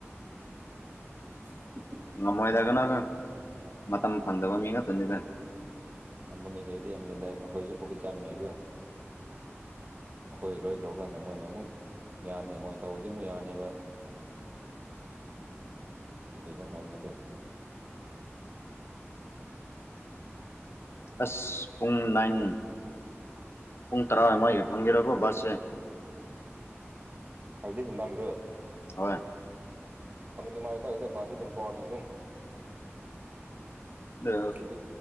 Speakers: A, on the right; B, on the left.
A: <inaudible>
B: ꯉꯝꯃꯣꯏꯗꯔ ꯀꯅꯒ ꯃꯇꯝ ꯐꯪꯗꯕ ꯃꯤ ꯉꯥꯛꯇꯅꯤꯗ
A: ꯌꯥꯝ ꯃ ꯃꯤꯜ ꯂꯩꯛꯗꯤ ꯌꯥꯝ ꯃꯤꯜꯂ ꯑꯩꯈꯣꯏꯁꯨ ꯄꯨꯣꯁꯤꯠ ꯆꯥꯅꯤꯡꯉꯥꯏꯒ ꯑꯩꯈꯣꯏ ꯂꯣꯏꯈ꯭ꯔꯕ ꯀꯥꯟꯗ ꯃꯣꯏꯅ ꯑꯃꯨꯛ ꯌꯥꯅꯤ ꯃꯣꯏꯅ ꯇꯧꯕꯗꯤ ꯑꯃꯨꯛ ꯌꯥꯅꯤꯕ
B: <inaudible>
A: ꯑꯗꯨꯩꯅꯣ ꯍꯥꯏꯅꯤꯗꯦ
B: ꯑꯁ ꯄꯨꯡ ꯅꯥꯏꯟ ꯄꯨꯡ ꯇꯔꯥꯃꯥꯏ ꯐꯪꯈꯤꯔꯒꯣ ꯕꯥꯁꯁꯦ
A: ꯍꯥꯏꯗꯤ ꯅꯨꯪꯗꯥꯡꯒꯤꯔꯣ
B: ꯍꯣꯏ
A: ꯐꯪꯗꯣꯏ ꯃꯜꯂꯤꯗ ꯕꯁꯇꯤ ꯇꯣꯏꯟꯇꯤ ꯐꯣꯔ ꯍꯧꯔ ꯅꯦ ꯑꯗꯨꯝ
B: ꯑꯗꯨ
A: ꯁ꯭ꯤꯡ